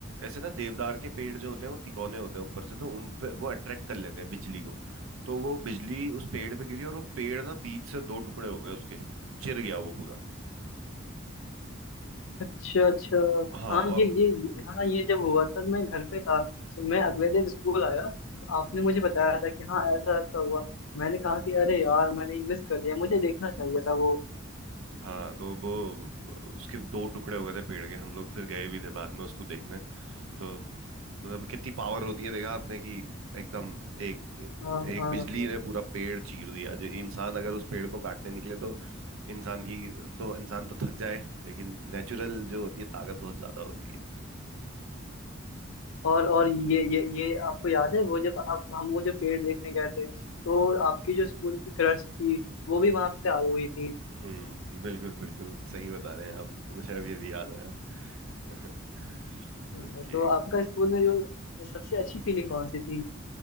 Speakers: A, on the right; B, on the left.
A: ऐसे ना देवदार के पेड़ जो होते हैं वो तिकोने होते हैं ऊपर से तो उन पे वो अट्रैक्ट कर लेते हैं बिजली को तो वो बिजली उस पेड़ पे गिरी और वो पेड़ ना बीच से दो टुकड़े हो गए उसके चिर गया वो पूरा
B: अच्छा अच्छा
A: हाँ
B: हाँ
A: और
B: ये ये ये- हाँ ये जब हुआ था मैं घर पे था तो मैं अगले दिन स्कूल आया तो आपने मुझे बताया था कि हाँ ऐसा ऐसा हुआ मैंने कहा कि अरे यार मैंने मिस कर दिया मुझे देखना चाहिए था वो
A: हाँ तो वो उसके दो टुकड़े हो गए थे पेड़ के हम लोग फिर गए भी थे बाद में उसको देखने तो मतलब कितनी पावर होती है देखा आपने कि एकदम एक
B: हाँ
A: एक
B: हाँ
A: बिजली
B: हाँ
A: ने पूरा पेड़ चीर दिया जो इंसान अगर उस पेड़ को काटने निकले तो इंसान की तो इंसान तो थक जाए लेकिन नेचुरल जो होती है ताकत बहुत ज्यादा होती है
B: और और ये ये ये आपको याद है वो जब आप हम वो जो पेड़ देखने गए थे तो आपकी जो स्कूल की क्रश थी वो भी वहां पे आई हुई थी
A: हम्म बिल्कुल बिल्कुल सही बता रहे हैं आप मुझे अभी अभी याद आया <laughs>
B: हाँ,
A: ओके
B: तो आपका
A: ओके।
B: स्कूल में जो सबसे अच्छी फीलिंग कौन सी थी